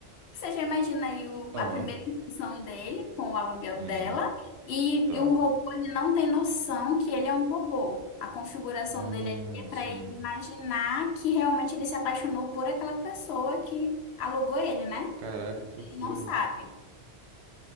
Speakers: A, on the left; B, on the right.
A: Você já imagina aí o-
B: Aham.
A: a primeira intenção dele com o aluguel
B: Uhum.
A: dela. E,
B: Tá.
A: e o robô, ele não tem noção que ele é um robô. A configuração
B: Ah,
A: dele ali é para
B: sim.
A: ele imaginar que realmente ele se apaixonou por aquela pessoa que alugou ele, né?
B: Caraca,
A: E
B: que loucura.
A: ele não sabe.